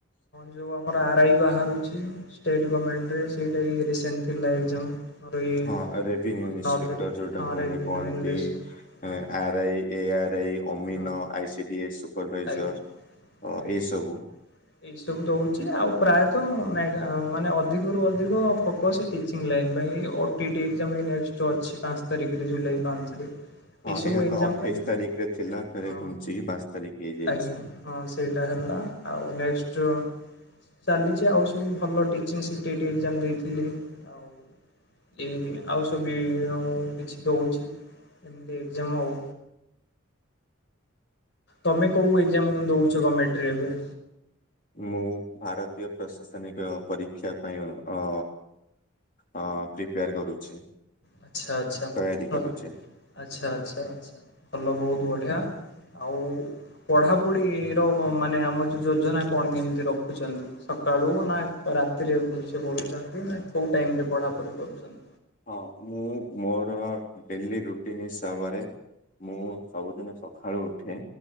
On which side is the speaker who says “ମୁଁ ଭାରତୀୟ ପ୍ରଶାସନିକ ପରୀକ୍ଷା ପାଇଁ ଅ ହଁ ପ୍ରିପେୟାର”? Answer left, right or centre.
Left